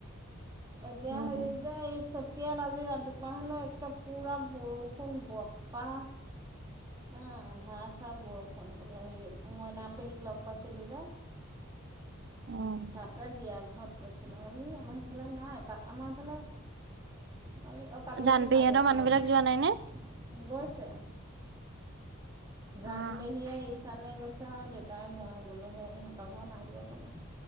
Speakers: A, on the right; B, on the right.
A: এতিয়া
B: উম
A: হেৰি যে এই চত তিয়াল আজি ৰাতিপুৱা হেনো একে পুৰা বৰষুণ, বতাহ আ, ধাষাৰ বৰষুণ বোলে সি মইনা পেহীক লগ পাইছিলোঁ যে
B: উম,
A: তাতে বিয়া ঘৰত কৈছিলে মান আমাৰ সেইফালে নাই আমাৰ এইফালে কালি অ', কালি
B: জানপেহীহঁতৰ
A: ৰাতি নাই দিয়ক
B: মানুহ
A: পৰহি
B: বিলাক যোৱা নাই নে?
A: গৈছে। জান
B: অ',
A: পেহীয়ে ইচানে গৈছে আৰু দেউতাই মই গ'লোঁহে ইহঁতৰ ঘৰ নাই যোৱা কোনো।